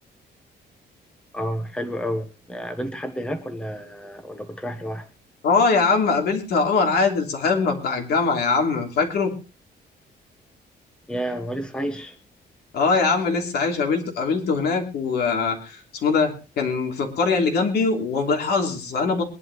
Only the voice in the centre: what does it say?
اه حلو قوي قابلت حد هناك ولا ولا كنت رايح لوحدك
يا ولسه عايش